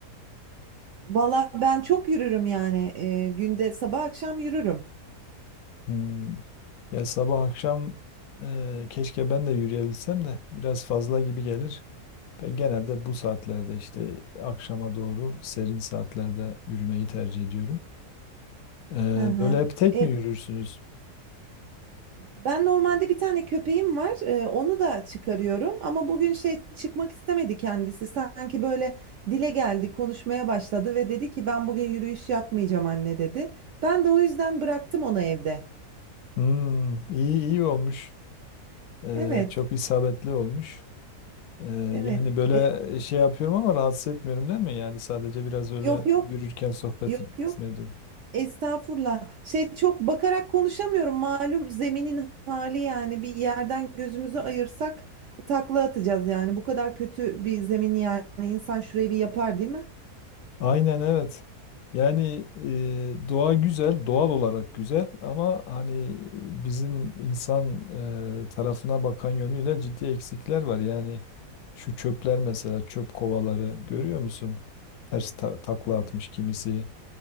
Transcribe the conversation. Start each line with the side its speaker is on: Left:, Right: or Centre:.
Right: Vallahi ben çok yürürüm yani e, günde sabah akşam yürürüm.
Left: Hmm. Ya sabah akşam e, keşke ben de yürüyebilsem de biraz fazla gibi gelir. Ben genelde bu saatlerde işte akşama doğru serin saatlerde yürümeyi tercih ediyorum. E,
Right: Hı hı.
Left: böyle hep tek
Right: E,
Left: mi yürürsünüz?
Right: ben normalde bir tane köpeğim var. e, onu da çıkarıyorum ama bugün şey çıkmak istemedi kendisi. Sanki böyle dile geldi, konuşmaya başladı ve dedi ki ben bugün yürüyüş yapmayacağım anne dedi. Ben de o yüzden bıraktım onu evde.
Left: Hmm, iyi iyi olmuş. E,
Right: Evet,
Left: çok isabetli olmuş. Ee,
Right: evet.
Left: yani böyle
Right: E,
Left: e, şey yapıyorum ama rahatsız etmiyorum değil mi? Yani sadece biraz öyle
Right: yok yok.
Left: yürürken sohbet
Right: Yok
Left: etmedin.
Right: yok. Estağfurullah. Şey çok bakarak konuşamıyorum. Malum zeminin hali yani bir yerden gözümüzü ayırsak takla atacağız yani. Bu kadar kötü bir zemin yani insan şurayı bir yapar değil mi?
Left: Aynen evet. Yani e, doğa güzel, doğal olarak güzel ama hani bizim insan e, tarafına bakan yönüyle ciddi eksikler var. Yani şu çöpler mesela çöp kovaları görüyor musun? Ters ta- takla
Right: Evet,
Left: atmış kimisi.